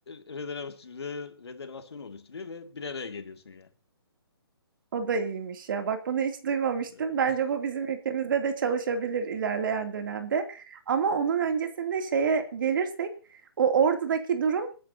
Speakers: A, on the left; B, on the right.
A: e, rezervasyon, rezervasyon oluşturuyor ve bir araya geliyorsun yani.
B: O da iyiymiş ya. Bak bunu hiç duymamıştım.
A: <laughs>
B: Bence bu bizim ülkemizde de çalışabilir ilerleyen dönemde. Ama onun öncesinde şeye gelirsek o Ordu'daki durum